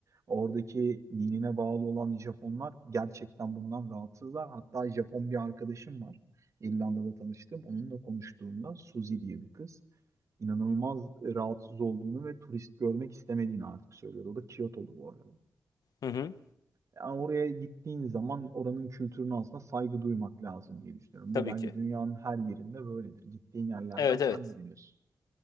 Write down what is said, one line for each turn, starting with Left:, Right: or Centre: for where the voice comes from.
Right: oradaki dinine bağlı olan Japonlar gerçekten bundan rahatsızlar. Hatta Japon bir arkadaşım var. İrlanda'da tanıştım. Onunla konuştuğumda Suzy diye bir kız inanılmaz rahatsız olduğunu ve turist görmek istemediğini artık söylüyordu. O da Kyoto'lu bu arada.
Left: Hı hı.
Right: Yani oraya gittiğin zaman oranın kültürüne aslında saygı duymak lazım diye düşünüyorum.
Left: Tabii
Right: Bu bence
Left: ki.
Right: dünyanın her yerinde böyledir. Gittiğin yerlerden
Left: Evet,
Right: sen
Left: evet.
Right: de biliyorsun.